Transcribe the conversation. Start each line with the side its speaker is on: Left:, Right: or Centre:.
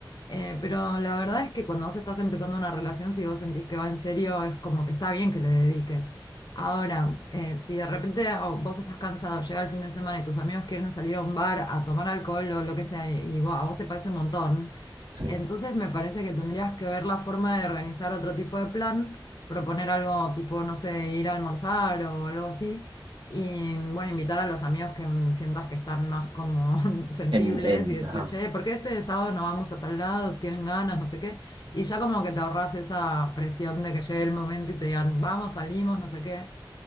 Left: Eh, pero la verdad es que cuando vos estás empezando una relación, si vos sentís que va en serio, es como que está bien que le dediques. Ahora, eh, si de repente oh, vos estás cansado, llega el fin de semana y tus amigos quieren salir a un bar a tomar alcohol o lo que sea, y, y vos- a vos te parece un montón,
Right: sí.
Left: entonces me parece que tendrías que ver la forma de organizar otro tipo de plan, proponer algo tipo, no sé, ir a almorzar o algo así. Y bueno, invitar a los amigos que mm, sientas que están más como <laughs> sensibles
Right: En, en,
Left: y decirle,
Right: ajá.
Left: che, ¿por qué este sábado no vamos a tal lado? ¿Tienen ganas? No sé qué. Y ya como que te ahorras esa presión de que llegue el momento y te digan, vamos, salimos, no sé qué.